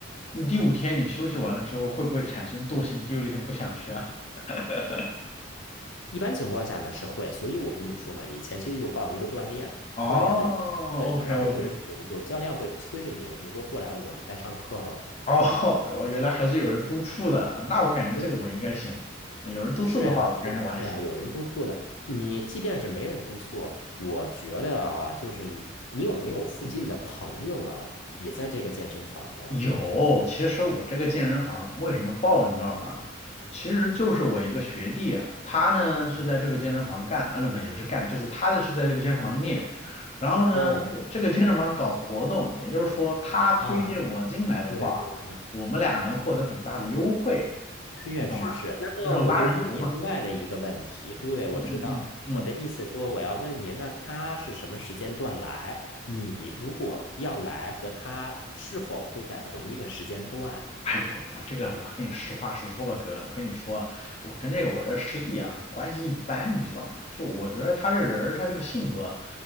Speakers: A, on the left; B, on the left.
A: 你第五天你休息完了之后，会不会产生惰性？第六天不想去啊？<laughs>
B: 一般情况下呢是会，所以我跟你说嘛，你前期就报一个锻炼锻炼的课程，
A: 哦，OK
B: 然后有有有教练会催着你，
A: OK，
B: 你说过来，我们该上课了。
A: 哦，我原来还是有人督促的，啊那我感觉这个我应该行，
B: 对，
A: 有人督促的话，
B: 是呀，
A: 我感觉我还行。
B: 是呀，是呀，有人督促的。
A: 嗯
B: 你即便是没人督促，我觉得啊，就是你你有没有附近的朋友啊，也在这个健身房的？
A: 有，其实我这个健身房为什么爆，你知道吗？其实就是我一个学弟啊，他呢是在这个健身房干，
B: 嗯
A: 呃，不，也不是干，就是他的是在这个健身房练。然后呢，
B: 嗯嗯
A: 这个这个健身房搞活动，也就是说他推荐我进来的话，
B: 啊，对对对。
A: 我们俩能获得很大的优惠，
B: 确实是。
A: 你懂吗？
B: 那么我就问你另外的一个问题，
A: 那种拉人头嘛。
B: 对，我知道，
A: 嗯嗯嗯嗯。
B: 我的意思说我要问你，那他是什么时间段来？你如果要来和他是否会在同一个时间段？
A: 哎，我我这个我跟你实话实说吧，哥，我跟你说，我跟这个我这师弟啊关系一般，你知道吗？就我觉得他这人儿他这个性格，